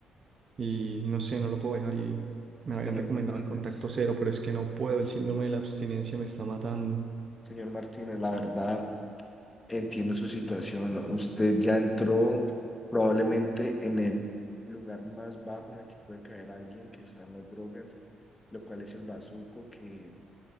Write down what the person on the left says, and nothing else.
Señor
Martínez,
señor Martínez, la verdad. Entiendo su situación. Usted ya entró probablemente en el lugar más bajo en el que puede caer alguien que está en las drogas, lo cual es el bazuco, que